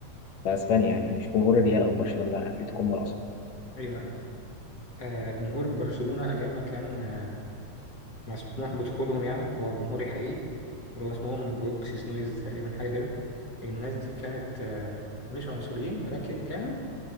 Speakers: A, on the left; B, on the left.
A: في أسبانيا يعني مش جمهور الريال أو برشلونة لا أتليتيكو هم الأصعب
B: ايوه ايوه آه، جمهور برشلونة أيام ما كان آه، مسموح بدخولهم يعني اللي هو الجمهور الحقيقي اللي هو اسمهم بروكسيز نويز تقريبا حاجة كده الناس دي كانت آه، مش عنصريين ولكن كانوا